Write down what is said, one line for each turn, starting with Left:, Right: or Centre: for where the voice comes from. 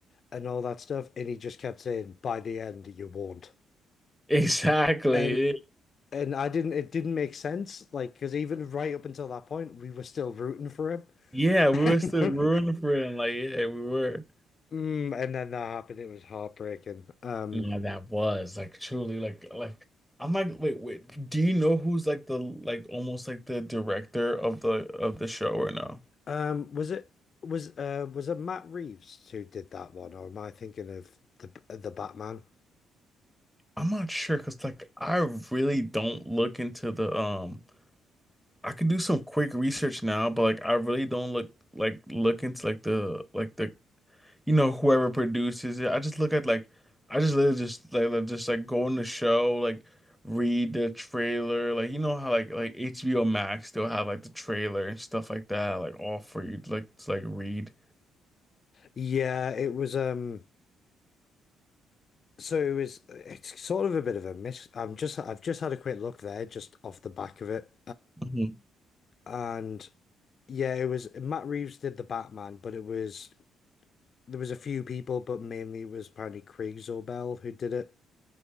Left: and all that stuff. And he just kept saying, by the end, you won't.
Centre: <laughs> exactly
Left: And and I didn't it didn't make sense, like because even right up until that point, we were still rooting for him.
Centre: yeah we
Left: <laughs>
Centre: were still rooting for him like yeah we were
Left: Mm, and then that happened. It was heartbreaking. Um,
Centre: Yeah, that was like truly like like I'm like wait wait do you know who's like the like almost like the director of the of the show or no?
Left: um, was it was uh was it Matt Reeves who did that one, or am I thinking of the the Batman?
Centre: I'm not sure because like I really don't look into the um I could do some quick research now but like I really don't look like look into like the like the you know, whoever produces it. I just look at like I just literally just like like, just like go on the show, like read the trailer. Like you know how like like HBO Max still have like the trailer and stuff like that, like all for you to, like to, like read.
Left: Yeah, it was. Um, so it was. It's sort of a bit of a miss. I'm just. I've just had a quick look there, just off the back of it,
Centre: Mhm.
Left: and yeah, it was Matt Reeves did the Batman, but it was there was a few people, but mainly it was apparently Craig Zobel who did it,